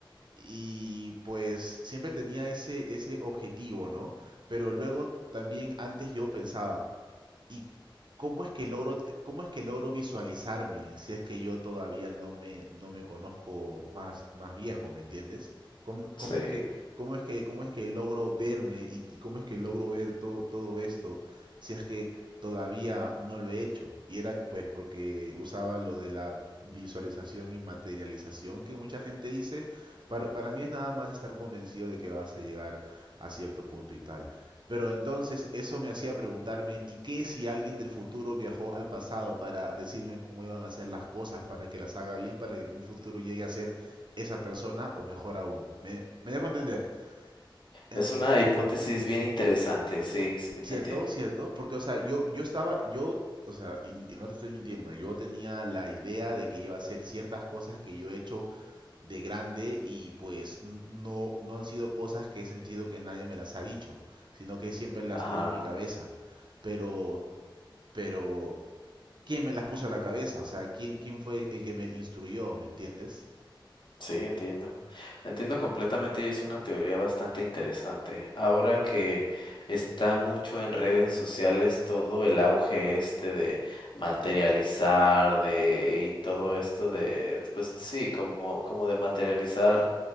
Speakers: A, on the right; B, on the left.
A: y pues siempre tenía ese, ese objetivo, ¿no? Pero luego también antes yo pensaba, ¿Y cómo es que logro, te- cómo es que logro visualizarme si es que yo todavía no me, no me conozco más, más viejo, ¿me entiendes? ¿Cómo, cómo
B: sí.
A: es que, cómo es que, cómo es que logro verme y, y cómo es que logro ver to- todo esto si es que todavía no lo he hecho? Y era pues porque usaba lo de la visualización y materialización que mucha gente dice. Para, para mí es nada más estar convencido de que vas a llegar a cierto punto y tal. Pero entonces eso me hacía preguntarme, ¿y qué si alguien del futuro viajó al pasado para decirme cómo iban a hacer las cosas, para que las haga bien, para que en un futuro llegue a ser esa persona o mejor aún? Me, me dejo entender. Eh,
B: Es una hipótesis bien interesante, sí, sí,
A: ¿Cierto?
B: te entiendo.
A: ¿Cierto? Porque, o sea, yo, yo estaba, yo, o sea, y, y no te estoy mintiendo, yo tenía la idea de que iba a hacer ciertas cosas que yo he hecho de grande y pues n- no, no han sido cosas que he sentido que nadie me las ha dicho, sino que siempre las
B: Ajá.
A: tuve en mi cabeza. Pero pero ¿quién me las puso a la cabeza? O sea, ¿quién, quién fue el que me instruyó? ¿Me entiendes?
B: Sí, entiendo. Entiendo completamente y es una teoría bastante interesante. Ahora que está mucho en redes sociales todo el auge este de materializar, de y todo esto de, pues sí, como, como de materializar